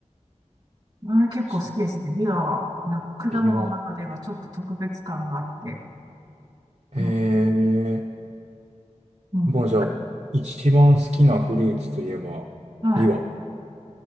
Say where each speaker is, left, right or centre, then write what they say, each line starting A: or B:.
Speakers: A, on the right (about 30°); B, on the right (about 55°).
A: ん、あれ結構好きですね。
B: そう、
A: ビワは、なんか果物の中ではちょっと特別感があって、
B: ビワ。へえ。
A: うんうん
B: もうじゃあ、一番好きなフルーツといえば、
A: はい。
B: ビワ。